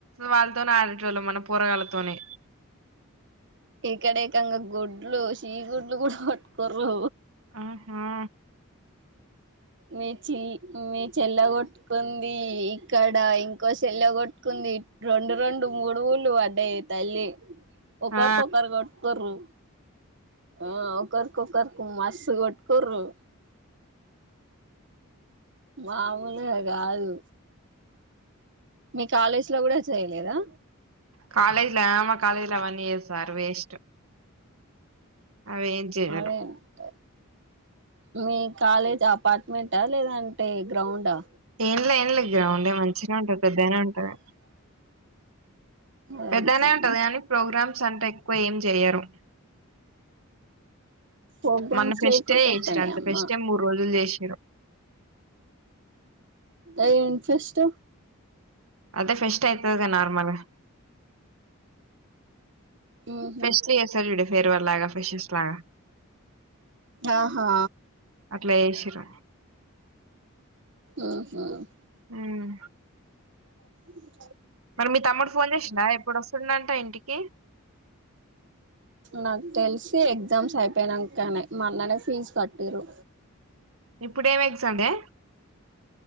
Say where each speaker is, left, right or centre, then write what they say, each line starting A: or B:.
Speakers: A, on the right; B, on the right.
A: వాళ్ళతోనే ఆడేట వాళ్ళు మన పోరగాళ్లతోనే
B: ఇక్కడకంగా గుడులు సి గుడులు కూడా పట్టుకోరుు
A: ఆహా
B: మీ చెల్ మీ చెల్ల కొట్టుకుంది ఇక్కడ ఇంకో చెల్ల కొట్టుకుంది రెండు రెండు మూడు ఊలు పడ్డాయి తల్లి ఒకరీ
A: ఆ
B: ఒకరు కొట్టుకోరు ఆ ఒకర్కి ఒకర్కు మస్ కొట్కోురు వావు గా కాదు మీ కాలేజ్ లో కూడా చేయలేదా
A: కాాలేజ్ లో ఆమ కాాలేజ్ లో వన్ ఇర్ సార్ వేస్ట్ అవి ఏం చేయరు
B: అదేంట మీ కాలేజ్ అపార్ట్మెంట్ లేదంటే గ్రౌండా
A: ఏంలే ఏంలే గ్రౌండ్ మంచిగా ఉంటది పెద్దగానే ఉంటది
B: అదంతేనా
A: పెద్దనే ఉంటది కానీ ప్రోగ్రామ్ అంత ఎక్కువ ఏం చెయ్యరు
B: ప్రోగ్రామ్స్
A: మొన్న ఫెస్టే
B: లేకుంటే
A: చేసిరు
B: ఎట్టనే
A: అంతే
B: అమ్మా
A: ఫెస్టే మూడు రోజులు చేసిరు
B: అది ఇన్ఫెస్ట్
A: అదే ఫెస్ట్ తది నార్మల్ గా
B: ఉహు
A: ఫెస్టులు చేశారు చూడు ఫెరవల్ లాగా ఫ్రెషర్ లాగా
B: ఆ.. హా
A: అట్లా చేసిరు
B: ఉ‌‌... హూమ్
A: ఉమ్
B: ఉ <unintelligible>
A: మరి మీ తమ్ముడు ఫోన్ చేసినా ఎప్పుడు వస్తుండంట ఇంటికి ఓకె
B: నాకు తెలిసి ఎగ్జామ్స్ అయిపోయినాకనే మొన్ననే ఫీజు కట్టిర్రూ
A: ఇప్పుడేమి ఎగ్జామే